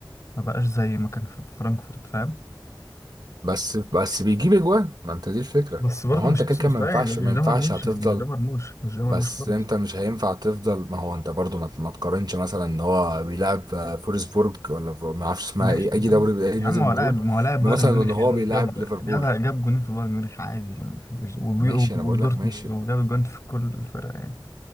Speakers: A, on the left (about 40°); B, on the right (about 55°).
A: ما بقاش زي ما كان في فرانكفورت فاهم
B: بس بس بيجيب اجوان ما انت دي الفكره
A: بس برضه
B: ما هو
A: مش
B: انت
A: نفس
B: كده
A: المستوى
B: كده ما ينفعش
A: يعني مش
B: ما
A: ده
B: ينفعش
A: مرموش
B: هتفضل
A: يعني مش ده مرموش مش ده مرموش
B: بس
A: خالص
B: انت مش هينفع تفضل ما هو انت برضو ما ما تقارنش مثلا ان هو بيلعب آه، فولسبورج ولا ف- ما اعرفش اسمها
A: ماشي
B: ايه اي
A: يعني
B: دوري اي
A: يا
B: نادي
A: عم هو
B: من
A: لاعب
B: دول
A: ما هو لاعب
B: مثلا
A: بايرن ميونخ
B: ان هو
A: يعني
B: بيلعب
A: وجاب
B: ليفربول
A: جاب جاب جاب جونين في بايرن ميونخ عادي يعني مش وبي-
B: ماشي
A: ودورتموند
B: انا بقول لك ماشي
A: وجاب جون في كل الفرق يعني